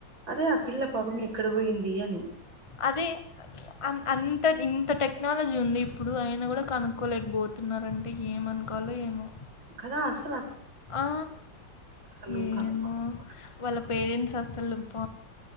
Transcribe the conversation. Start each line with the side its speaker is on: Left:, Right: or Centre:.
Right: అదే ఆ పిల్ల పాపం ఎక్కడ పోయింది అని
Left: అదే అన్అన్ ఇంత ఇంత టెక్నాలజీ ఉంది ఇప్పుడు అయిన కూడా కనుక్కోలేకపోతున్నారంటే ఏమనుకోవాలో ఏమో
Right: కదాస్
Left: ఆ
Right: అసలు
Left: ఏమో
Right: కనుక్కోలేకపోతున్నా
Left: వాళ్ళ పేరెంట్స్ అస్సలుంప